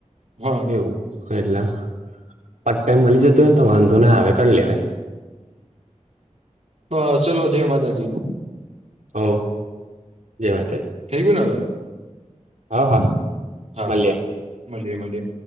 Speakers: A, on the right (about 60°); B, on the right (about 80°).
A: હા
B: એવું કેટલા પાર્ટ ટાઈમ મળી જતો હોયને તો વાંધો ના આવે કરી લેવાય
A: બસ ચલો જય માતાજી
B: હો જય માતાજી
A: થઈ ગયુ ને હવે
B: હવ હા
A: હા
B: મળીએ
A: મળીએ મળીએ